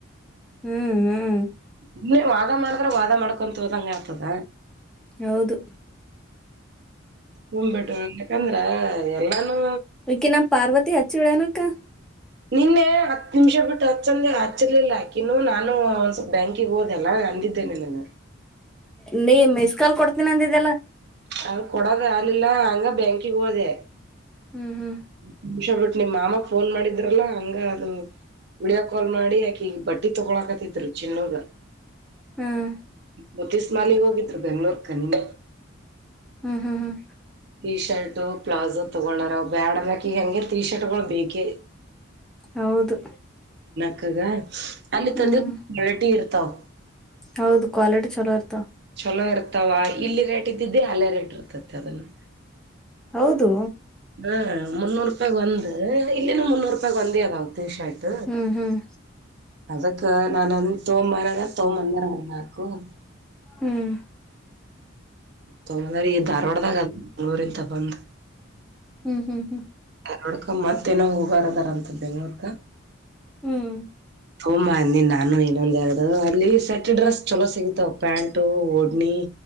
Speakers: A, in the centre; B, on the right.
A: ಹ್ಮ್ ಹ್ಮ್
B: ಇನ್ನೆ ವಾದ ಮಾಡ್. ಸುಮ್ನೆ ವಾದ ಮಾಡ್ಕೊಂತ ಹೋದಂಗ ಆಗ್ತದ.
A: ಹೌದು
B: <unintelligible> ಅ ಎಲ್ಲಾನು.
A: ವೆಕಿ ನಾ ಪಾರ್ವತಿ ಹಚ್ಚಿ ಉಳ್ಯನಕ್ಕ.
B: ನಿನ್ನೆ ಹತ್ತು ನಿಮಿಷ ಬಿಟ್ಟು ಹಚ್ಚಂದೆ ಹಚ್ಚಿರ್ಲಿಲ್ಲ ಆಕಿನು ನಾನು ಒಂದ್ ಸ್ವಲ್ಪ ಬ್ಯಾಂಕಿಗೆ ಹೋದೆಲ್ಲ ಅಂದಿದ್ದೇನೆ ನಾನು
A: ನೀ ಮಿಸ್ ಕಾಲ್ ಕೊಡ್ತೀನಿ ಅಂದ ಇದೆಲ್ಲ
B: ಅ ಕೊಡದ ಆಲಿಲ್ಲ ಹಂಗ ಬ್ಯಾಂಕಿಗೆ ಹೋದೆ. <unintelligible>
A: ಹ್ಮ್ ಹ್ಮ್
B: ನಿಮ ಮಾಮ ಫೋನ್ ಮಾಡಿದ್ರಲ್ಲಾ ಹಂಗ ಅದು ವಿಡಿಯೋ ಕಾಲ್ ಮಾಡಿ ಅಕಿಗೆ ಬಟ್ಟೆ ತಗೊಳಕತಿದ್ರು ಚಿನ್ನುಗ್
A: ಹ್ಮ್
B: ಮತ್ತೀಸ್ನಾಲಗ್ ಹೋಗಿದ್ರು ಬೆಂಗ್ಳೂರ್ಕ ನೀನ್ನ
A: ಹ್ಮ್ ಹ್ಮ್ ಹ್ಮ್
B: ಟೀ ಶರ್ಟ್ ಪ್ಲಾಜೋ ತೊಗೋಳಾರ ಬ್ಯಾಡ ಅಕಿಗೆ ಈಗ ಹಂಗಗೆ ಟೀ ಶರ್ಟ್ಗಳು ಬೇಕೇ
A: ಹೌದು
B: ಆಕಾಗ ಅಲ್ಲಿ
A: ಹ್ಮ್
B: ತಂದಿ ಕ್ವಾಲಿಟಿ ಇರುತ್ತೆ. ತ್ತವ್
A: ಹೌದು ಕ್ವಾಲಿಟಿ ಚಲೋ ಇರ್ತವ್.
B: ಚಲೋ ಇರ್ತಾವ ಇಲ್ಲಿ ರೇಟ್ ಇದ್ದಿದ್ದಿ ಅಲ್ಲೇ ರೇಟ್ ಇರ್ತತೆ ಅದನ್ನು
A: ಹೌದು
B: ಹ ಮುನ್ನೂರು ರೂಪಾಯಿಗ್ ಒಂದ್ ಇಲ್ಲಿನ ಮುನ್ನೂ ರೂಪಾಯ್ ಒಂದ್ ಅದಾವು ಟಿ ಶರ್ಟ್
A: ಹ್ಮ್ ಹ್ಮ್
B: ಅದಕ್ಕ ನಾನ್ನೊಂದ್ ತೋಮಂಬಾರಾಗ ತೋಮಂದಾರ <unintelligible>
A: ಹ್ಮ್
B: ತದರಿ ಧಾರ್ವಾಡದಾಗ ಮಂಗಗಳೂರಿಂತ ಬಂದ್
A: ಹ್ಮ್ ಹ್ಮ್ ಹ್ಮ್
B: ನೋಡ್ಕ ಮತ್ತೇನೋ ಹಬಾರ ಅದಾರಂತ ಬೆಂಗ್ಳೂರ್ಕ
A: ಹ್ಮ್
B: ಹೋಂಬ ಅಂದಿ ನಾನು ಇನ್ನೊಂದ ಎರಡು ಅಲ್ಲಿ ಸೆಟ್ ಡ್ರೆಸ್ ಚಲೋ ಸಿಗಿತಾವ ಪ್ಯಾಂಟು ಓಡ್ನಿ